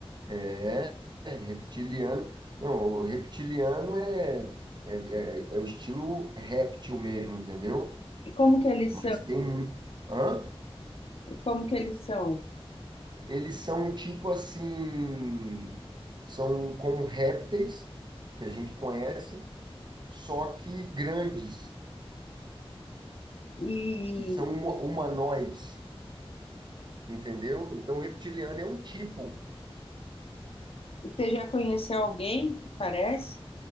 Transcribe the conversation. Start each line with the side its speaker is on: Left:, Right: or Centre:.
Right: É, é reptiliano. Não, o reptiliano é, é, é, é o estilo réptil mesmo, entendeu?
Left: E como que eles
Right: Mas tem. um- Hã?
Left: Como que eles são?
Right: Eles são tipo assim. São como répteis que a gente conhece só que grandes
Left: E
Right: e são huma- humanoides, entendeu? Então, reptiliano é um tipo.
Left: você já conheceu alguém que parece?